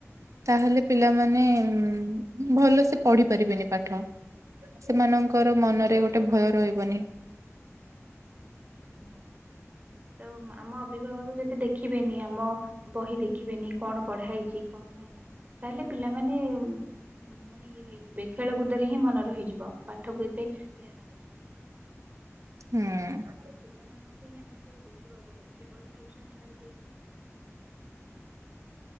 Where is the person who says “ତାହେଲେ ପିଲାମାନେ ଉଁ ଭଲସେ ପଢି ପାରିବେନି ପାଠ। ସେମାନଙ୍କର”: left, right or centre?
Right